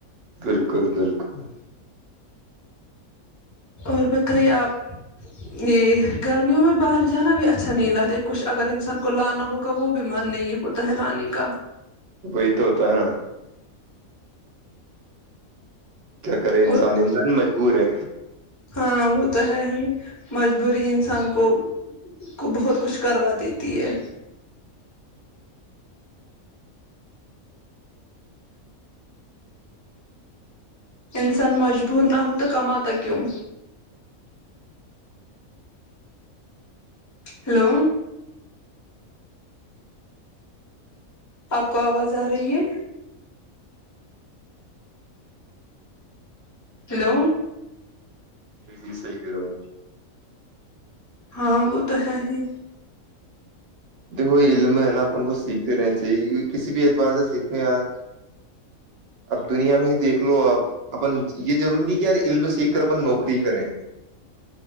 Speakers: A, on the right; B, on the left.
A: بالکل بالکل ا <inaudible>
B: اور بتائیے آپ یہ گرمیوں میں باہر جانا بھی اچھا نہیں لگتا کچھ اگر انسان کو لانا ہوگا وہ بھی من نہیں ہوتا ہے لانے کا
A: وہی تو ہوتا ہے نا کیا کرے انسان
B: اور
A: انسان مجبور ہے
B: ہاں وہ تو ہے ہی مجبوری انسان کو کو بہت کچھ کروا دیتی ہے انسان مجبور نہ ہو تو کماتا کیوں
A: توک <inaudible>
B: ہلو آپ کو آواز آ رہی ہے ہلو
A: جی جی صحی کہ رہو
B: ہاں وہ تو ہے ہی
A: دیکھو یہ علم ہے نا اپن کو سیکھتے رہنا چاہیے کیکہ کسی بھی اعتبار سے سیکھیں یار اب دنیا میں ہی دیکھ لو آپ اپن جی ضروری نہیں کہ یار علم سیکھ کر اپن نوکری کریں